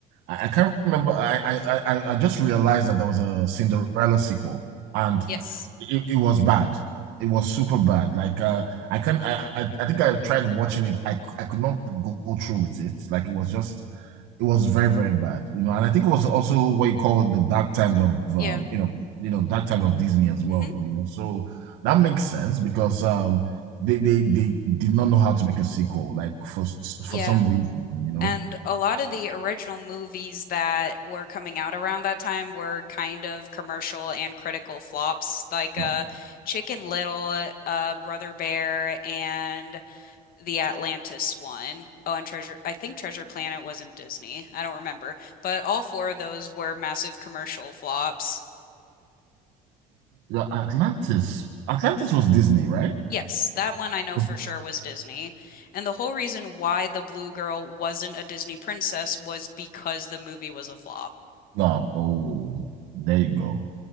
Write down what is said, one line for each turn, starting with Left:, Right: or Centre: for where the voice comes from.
Right: I, I can't remember. I, I I I- just realized that there was a Cinderella sequel and
Left: Yes.
Right: it, it was bad. It was super bad. Like uh, I can I, I I think I tried watching it. I I could not go through with it. Like it was just it was very very bad you know and i think it was also what you call the dark times of
Left: Yeah.
Right: um you know you know dark times of disney as well
Left: hmm
Right: you know so that makes sense because um they they, they did not know how to make a sequel like for for
Left: Yeah.
Right: some reason you know
Left: And a lot of the original movies that were coming out around that time were kind of commercial and critical flops, like
Right: no
Left: uh, Chicken Little, uh, Brother Bear, and the Atlantis one. Oh, and Treasure, I think Treasure Planet wasn't Disney. I don't remember. But all four of those were massive commercial flops.
Right: atlantis atlantis was disney right
Left: Yes, that one I know
Right: was,
Left: for sure was Disney. And the whole reason why the Blue Girl wasn't a Disney princess was because the movie was a flop.
Right: no, oh there you go